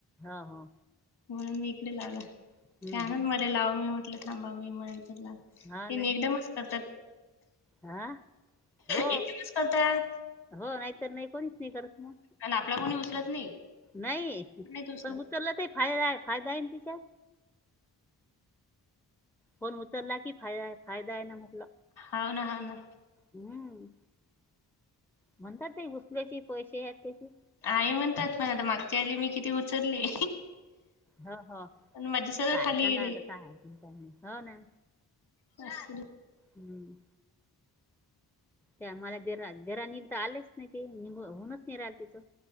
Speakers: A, in the centre; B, on the left (about 70°).
A: हो हो
B: म्हणून मी इकडे लावला
A: हम्म
B: त्यानच
A: हम्म
B: मला लाव मी होटलं थांबा मी म्हंतर लाव
A: हा
B: ते
A: ना
B: एकदमच करतात
A: हा हो
B: एकदमच करतात
A: हो नाहीतर नाही कोणीच नाही करत मग
B: आणि आपला कोणी उचलत नाही
A: नाही
B: नाहीत उचलत
A: पण उतरलं तही फायदा आहे फायदा आहे ना तिचा फोन उतरला की फा फायदा आहे ना मुकला
B: ह ना ह ना
A: हम्म म्हणतात ते घुसल्याचे पैसे आहेत त्याचे
B: आहे म्हणतात पण आता मागच्या आले मी किती उचलले
A: हो हो
B: पण माझे सरळ
A: काय
B: खाली
A: सांगा
B: गेले.
A: आता काय हो ना
B: स
A: हम्म ते मला देरानील तर आलेच नाही ते निघ होऊनच नाही राहिलं तिचं